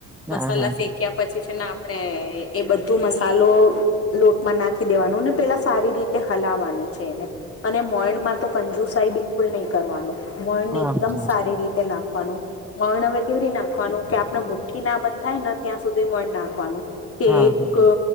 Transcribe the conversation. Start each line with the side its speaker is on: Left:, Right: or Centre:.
Centre: હા
Left: મસાલા
Centre: હા
Left: શેક્યા પછી છે ને આપણે એ બધું મસાલો લોટમાં નાખી દેવાનું ને પેલા સારી રીતે હલાવાનું છે એને. અને મોઇણ માં તો કંજુસાઈ બિલકુલ નહી કરવાનું. મોઇણ
Centre: હા
Left: ને એકદમ
Centre: હા
Left: સારી રીતે નાખવાનું. મોઈણ હવે કેવી રે નાખવાનું કે આપણે મુઠ્ઠી ના બંધાય ને ત્યાં સુધી મોઈણ નાખવાનુ. તે
Centre: હા
Left: એક
Centre: હા હા